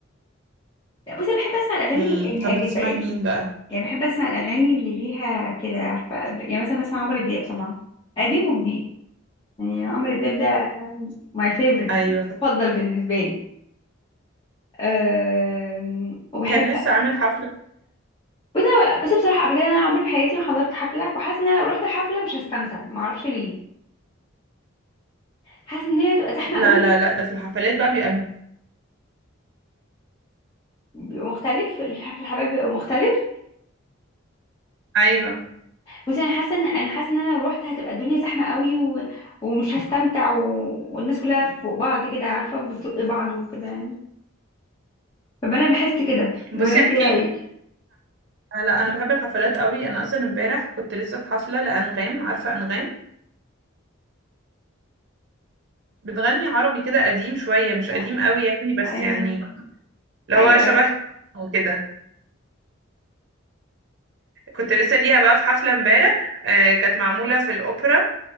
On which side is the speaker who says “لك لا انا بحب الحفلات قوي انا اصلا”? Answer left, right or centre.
Right